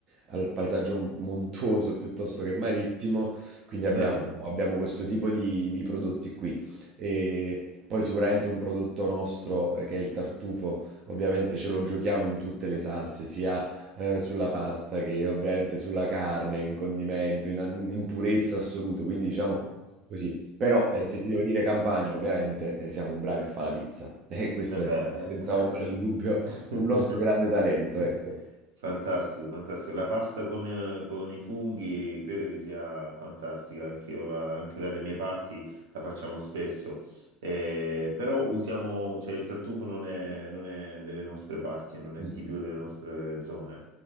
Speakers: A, on the right (about 40°); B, on the right (about 65°).
A: al paesaggio montuoso piuttosto che marittimo, quindi abbiamo,
B: Bello.
A: abbiamo questo tipo di, di prodotti qui. E poi sicuramente un prodotto nostro, eh, che è il tartufo, ovviamente ce lo giochiamo in tutte le salse, sia eh, sulla pasta che ovviamente sulla carne, in condimento, in, in purezza assoluta, quindi diciamo... Così. Però, ehm, se ti devo dire Campania, ovviamente, ehm, siamo bravi a fa' la pizza <laughs> e questo
B: E beh,
A: è senza
B: eh,
A: ombra di dubbio
B: eh.
A: un nostro grande
B: <laughs>
A: talento, ecco.
B: Fantastico, fantastico. La pasta con, eh, con i funghi credo che sia fantastica, anch'io la- anche dalle mie parti la facciamo spesso, Eh, però usiamo, cioè il tartufo non è, non è delle nostre parti, non
A: Mh.
B: è tipico delle nostre zone.